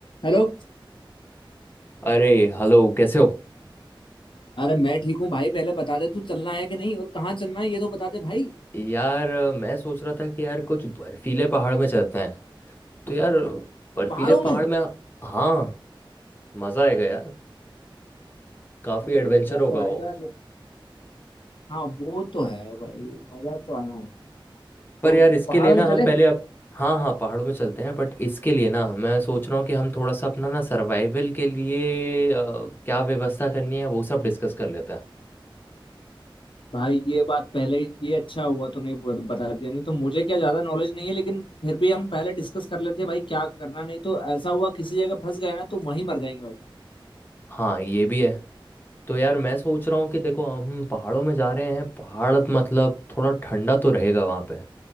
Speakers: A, on the left; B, on the left.
A: हेलो
B: अरे हेलो कैसे हो
A: अरे मैं ठीक हूँ भाई पहले बता दे तू चलना है कि नहीं और कहाँ चलना है ये तो बता दे भाई
B: यार अ, मैं सोच रहा था कि यार कुछ बर्फीले पहाड़ में चलते हैं तो यार बर्फीले
A: पहाड़ों में
B: पहाड़ में हाँ मजा आएगा यार काफी
A: अरे
B: एडवेंचर
A: मजा
B: होगा
A: तो आएगा
B: वो
A: ले- हाँ वो तो है भाई मजा तो आना है
B: पर
A: तो
B: यार इसके
A: पहाड़ों
B: लिए ना
A: में चले
B: हम पहले अब हाँ हाँ पहाड़ों में चलते हैं बट इसके लिए ना मैं सोच रहा हूँ कि हम थोड़ा सा अपना ना सर्वाइवल के लिए अ, क्या व्यवस्था करनी है वो सब डिस्कस कर लेते हैं
A: भाई ये बात पहले ही- ये अच्छा हुआ तूने ब- बता दिया नहीं तो मुझे क्या ज्यादा नॉलेज नहीं है लेकिन फिर भी हम पहले डिस्कस कर लेते भाई क्या करना नहीं तो ऐसा हुआ किसी जगह फंस गए ना तो वहीं मर जाएंगे भाई
B: हाँ ये भी है तो यार मैं सोच रहा हूँ कि देखो हम पहाड़ों में जा रहे हैं पहाड़ मतलब थोड़ा ठंडा तो रहेगा वहाँ पे